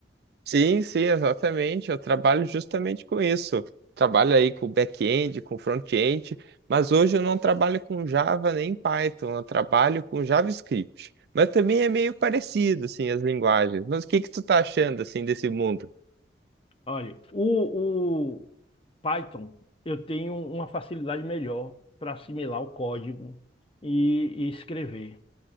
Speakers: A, on the right; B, on the left.
A: Sim, sim, exatamente. Eu trabalho justamente com isso. Trabalho aí com back-end, com front-end, mas hoje eu não trabalho com Java nem Python, eu trabalho com JavaScript. Mas também é meio parecido, assim, as linguagens. Mas o que que tu tá achando, assim, desse mundo?
B: Olha, o, Python, eu tenho uma facilidade melhor para assimilar o código e, e escrever.